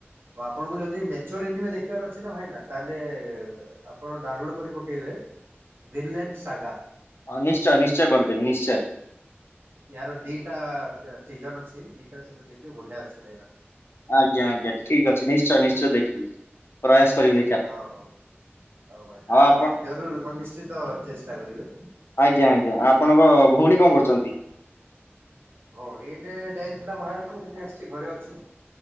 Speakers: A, on the right; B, on the left.
A: ଆଉ ଆପଣଙ୍କୁ ଯଦି ମେଚର ଏନିମେ ଦେଖିବାର ଅଛି ନା ଭାଇନା ତାହେଲେ ଆପଣ ଡାଉନଲୋଡ୍ କରି ପକେଇବେ ଭିଲେନ୍‌ ସାଗା।
B: ଅ ନିଶ୍ଚୟ ନିଶ୍ଚୟ କରିଦେବି ନିଶ୍ଚୟ।
A: ଏହାର ଦିଟା ସିଜନ ଅଛି। ଦିଟା ସିଜନ ଦେଖିବେ ବଢିଆ ଅଛି ଭାଇନା।
B: ଆଜ୍ଞା ଆଜ୍ଞା ଠିକ ଅଛି ନିଶ୍ଚୟ ନିଶ୍ଚୟ ଦେଖିବି ପ୍ରୟାସ କରିବି ଦେଖି
A: ହଉ ହଉ ହଉ ଭାଇ ଆଜ୍ଞା
B: ଆପଣ
A: ଜରୁର୍ ମାନେ ନିଶ୍ଚିତ ଚେଷ୍ଟା କରିବେ।
B: ଆଜ୍ଞା ଆଜ୍ଞା ଆଉ ଆପଣଙ୍କ ଭଉଣୀ କଣ କରୁଛନ୍ତି।
A: ଭଉଣୀ ଏଇନେ ଯାଇଥିଲା ବାହାରକୁ ଏଇନେ ଆସିଛି ଘରେ ଅଛି।